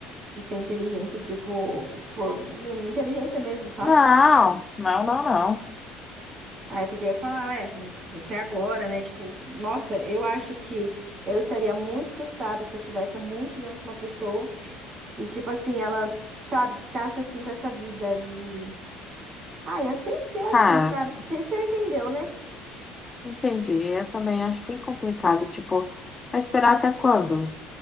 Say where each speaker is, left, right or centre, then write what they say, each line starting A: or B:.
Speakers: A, on the right; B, on the left.
A: de ser inteligente, tipo, por inteligência mesmo, sabe?
B: Não, não, não, não.
A: Ah, é porque eu ia falar, ué, mas até agora, né? Tipo, nossa, eu acho que eu estaria muito frustrada se eu tivesse há muitos anos com uma pessoa e, tipo assim, ela, sabe, ficasse assim com essa vida de. Ah, ia ser, ser assim,
B: Cara,
A: sabe? Você você entendeu, né?
B: entendi. Eu também acho bem complicado. Tipo, vai esperar até quando?